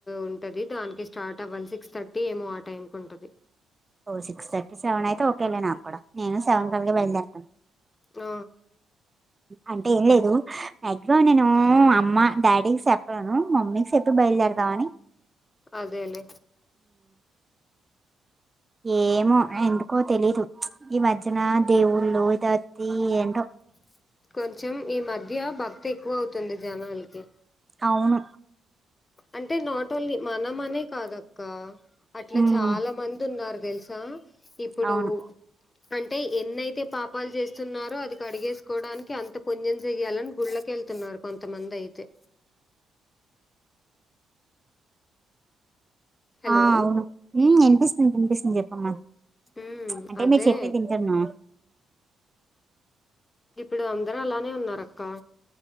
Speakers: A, on the left; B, on the right.
A: ఉంటది దానికి స్టార్ట్ అవ్వ వన్ సిక్స్ థర్టీ ఏమో ఆ టైమ్ కు ఉంటది
B: ఓ సిక్స్ థర్టీ సెవెన్ అయితే ఓకేలే నాకు కూడా నేను సెవెన్ కలిగ బయలుదేరతాను
A: ఆ
B: అంటే ఏం లేదు మాక్సిమం నేను అమ్మ డాడీకి సేప్పలేను మమ్మీకి సేప్పి బయ ఇళ్ళెడుదావని
A: అదే లే
B: ఏమో ఎందుకో తెలీదు ఈ మధ్యన దేవుళ్ళు ఇది అత్తి ఏంటో
A: <inaudible> కొంచం ఈ మధ్య భక్తి ఎక్కువ అవుతుంది జనాలకి
B: అవును
A: అంటే నాట్ ఓన్లీ మనం అనే కాదక్క అట్లా
B: ఉమ్
A: చాలా మంది ఉన్నారు తెలుసా ఇప్పుడు
B: అవును
A: అంటే ఎన్నైతే పాపాలు చేస్తున్నారో అది కడిగేసుకోవడానికి అంత పుణ్యం జేయ్యాలని గుళ్ళకెళ్ తున్నారు కొంతమంది అయితే హలో
B: ఆ అవును వినిపిస్తుంది వినిపిస్తుంది చెప్పమ్మా
A: ఉమ్
B: అంటే
A: అదే
B: మీరు చెప్పే వింటున్నా
A: ఇప్పుడు అందరూ అలానే ఉన్నారు అక్క